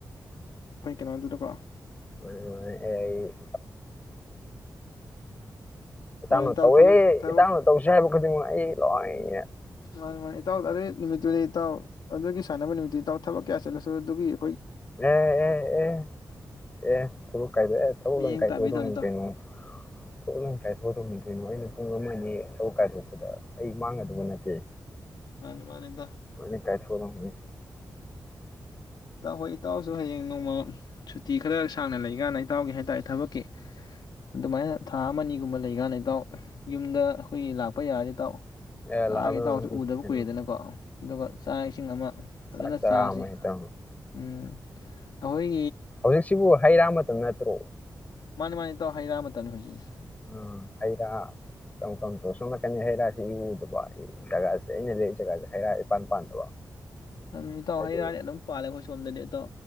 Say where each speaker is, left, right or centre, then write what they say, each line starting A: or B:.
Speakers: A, on the left; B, on the left.
A: ꯀꯩꯅꯣꯗꯨꯗꯥꯀꯣ
B: <unintelligible> ꯏꯇꯧ
A: ꯃꯥꯅꯦ
B: ꯅꯥ
A: ꯏꯇꯥꯎ
B: ꯇꯧꯑ
A: ꯊꯕꯛ ꯊꯕꯛ
B: ꯏꯇꯧꯅ ꯇꯧꯁꯤ ꯍꯥꯏꯕꯥ ꯈꯨꯗꯤꯡꯃꯛ ꯂ‌ꯣꯏꯌ‌ꯦ꯫
A: ꯃꯥꯅꯤ ꯃꯥꯅꯤ ꯏꯇꯥꯎ ꯑꯗꯨꯏ ꯅꯨꯃꯤꯠꯇꯨꯗꯤ ꯏꯇꯥꯎ꯫ ꯑꯗꯨꯒꯤ ꯁꯥꯟꯅꯕ ꯅꯨꯃꯤꯠꯇꯨꯗꯤ ꯏꯇꯥꯎ ꯊꯕꯛ ꯀꯌꯥ ꯆꯠꯂꯁꯨ ꯗꯨꯕꯤꯌꯨ꯫
B: ꯑꯦ-ꯑꯦ-ꯑꯦ, ꯑꯦ ꯊꯕꯛ ꯀꯥꯏꯗꯦ ꯑꯦ ꯊꯕꯛ
A: ꯃꯤꯠꯌꯦꯡ
B: ꯂ‌ꯣꯏꯅ ꯀꯥꯏꯊ‌ꯣꯛ
A: ꯇꯥꯕꯤꯗꯧꯅꯤ
B: ꯑꯗꯧꯅꯤ
A: ꯏꯇꯥꯎ
B: ꯀꯩꯅ‌ꯣ ꯊꯕꯛ ꯂꯣꯏ ꯀꯥꯏꯊꯣ‌ꯛ ꯑꯗꯧꯅꯤ ꯀꯩꯅ‌ꯣ ꯑꯩꯅ ꯄꯨꯡ ꯑꯃ꯫ ꯌ‌ꯦ ꯊꯕꯛ ꯀꯥꯏꯊ‌ꯣꯛꯄꯗ꯫ ꯑꯩ ꯃꯥꯡꯒꯗꯕ ꯅꯠꯇꯦ
A: ꯃꯥꯅꯤ ꯃꯥꯅꯤ ꯏꯇꯥꯎ
B: ꯂꫭꯏꯅ ꯀꯥꯏꯊꫭꯛ꯫ ꯑꯣꯏ ꯂꯥꯎꯅꯩ꯫ <inaudible>
A: ꯇꯥꯎ ꯍꫭꯏ ꯏꯇꯥꯎꯁꯨ ꯍꯌ‌ꯦꯡ꯫ ꯅꫭꯡꯃ ꯁꯨꯇꯤ ꯈꯔ ꯁꯥꯡꯅ ꯂꯩꯒꯥꯟꯗ ꯏꯇꯥꯎꯒ ꯍꯥꯏꯇꯔ‌ꯦ ꯊꯕꯛꯀꯤ ꯑꯗꯨꯃꯥꯏꯅ ꯊꯥ ꯑꯃ- ꯅꯤꯒꯨꯝꯕ ꯂꯩꯒꯥꯟꯗ ꯏꯇꯥꯎꯒ ꯌꯨꯝꯗ ꯑꯈꫭꯏꯒꯤ ꯂꯥꯛꯄ ꯌꯥꯔꯗꯤ ꯏꯇꯥꯎ꯫
B: ꯑꯦ
A: ꯂꯥꯛꯑꯒ‌ꯦ
B: ꯂꯥꯛꯑꯗꯧꯅꯤ
A: ꯏꯇꯥꯎꯁꯨ ꯎꯗꯕ
B: ꯀꯩꯅꯣ
A: ꯀꯨꯏꯔ‌ꯦꯗꯅꯀꫭ ꯑꯗꯨꯒ ꯆꯥꯛ - ꯏꯁꯤꯡ ꯑꯃ ꯐꯖꯅ
B: ꯆꯥꯛ ꯆꯔꯥ
A: ꯆꯥꯁꯤ꯫
B: ꯑꯃ ꯍꯦꯛꯇ
A: ꯎꯃ꯫ ꯑꯈꫭꯏ꯫
B: ꯍꯧꯖꯤꯛꯁꯤꯕꯨ ꯍꯩ-ꯔ ꯃꯇꯝꯗ ꯅꯠꯇꯔ꯭ꯣ꯫
A: ꯃꯅꯤ-ꯃꯅꯤ ꯏꯇꯥꯎ ꯍꯩ-ꯔ ꯃꯇꯝꯅꯤ ꯫
B: ꯎꯃ ꯍꯩ-ꯔ ꯀꯔꯝ-ꯀꯔꯝꯇꯧ ꯁꫭꯝꯅꯀꯟꯗꯗꯤ ꯍꯩꯔꯥꯁꯤ ꯏꯎ - ꯎꯗꯕ ꯖꯒꯁ‌ꯦ ꯑꯩ ꯅ ꯂꯩꯔꯤ ꯖꯒꯁ‌ꯦ ꯍꯩ-ꯔ ꯏꯄꯥꯟ- ꯄꯥꯟꯗꯕ꯫
A: ꯑꯩ ꯏꯇꯥꯎ
B: ꯍꯥꯏꯗꯤ
A: ꯍꯩ-ꯔꯗꯤ ꯑꯗꯨꯝ ꯄꯥꯜꯂ‌ꯦ ꯑꯈꯣꯏ ꯁꫭꯝꯗꯗꯤ ꯏꯇꯥꯎ